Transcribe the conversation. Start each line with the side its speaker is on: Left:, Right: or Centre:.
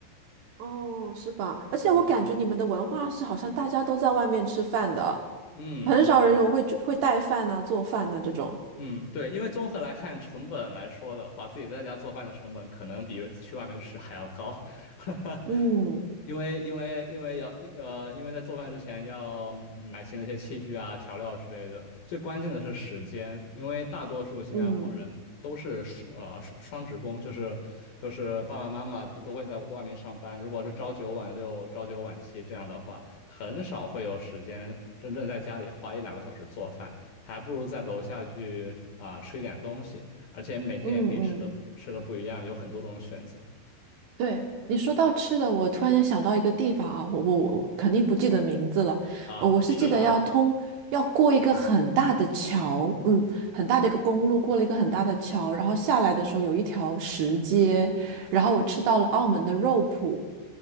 Right: 哦，是吧？而且我感觉你们的文化是好像大家都在外面吃饭的，
Left: 嗯，嗯，
Right: 很少人有会会带饭呐、
Left: 是的。
Right: 做饭呐、这种。
Left: 嗯，对，因为综合来看，成本来说的话，自己在家做饭的成本可能比去外面吃还要高，<laughs>
Right: 嗯
Left: 因为因为因为要呃，因为在做饭之前要买齐那些器具啊、调料之类的。最关键的是时间，因为大多数新加坡人都是双呃双双职工，
Right: 嗯
Left: 就是就是爸爸妈妈都都会在外面上班。如果是朝九晚六、朝九晚七这样的话，很少会有时间真正在家里花一两个小时做饭。还不如在楼下去啊、吃一点东西，而且每天也可以吃的吃的不一样，
Right: 嗯嗯，
Left: 有很多种选择
Right: 对，你说到吃的，我突然间想到一个地方啊，我我我肯定不记得名字了，
Left: 啊。
Right: 呃我是记得要通要过一个很大的桥，
Left: 吃啥了？
Right: 嗯，很大的一个公路，过了一个很大的桥，然后下来的时候有一条石阶，然后我吃到了澳门的肉脯，